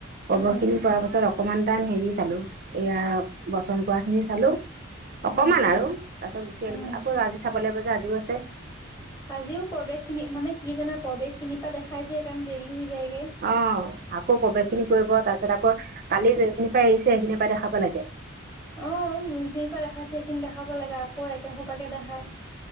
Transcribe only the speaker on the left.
উম,
উম,
উম।
আজিও প্ৰৱেশ খিনি মানে কি জানা প্ৰৱেশ খিনিৰ পৰা দেখাই যায় সেইকাৰণে দেৰি হৈ যায়
আহ যোনখিনিৰ পৰা দেখাইছে সেইখিনি দেখাব লাগে আকৌ একে সোপাকে দেখাই